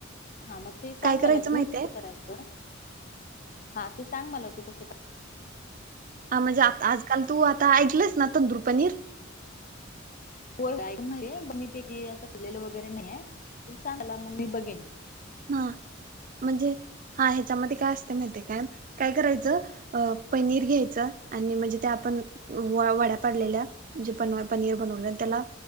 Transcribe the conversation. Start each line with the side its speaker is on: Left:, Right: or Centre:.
Left: हा म ते सांग
Right: काय करायचं
Left: मला तू
Right: माहितय
Left: कसं करायचं? हा सांग मला तू कस का
Right: हा म्हणजे, आ आजकाल तू आता ऐकलंस. ना तंदूर पनीर?
Left: <unintelligible>
Right: हा म्हणजे, हा ह्याच्यामध्ये काय असते माहिते काय काय करायचं अ पनीर घ्यायचं आणि म्हणजे, त्या आपण वड्या पाडलेल्या जे प पनीर बनवल्या त्याला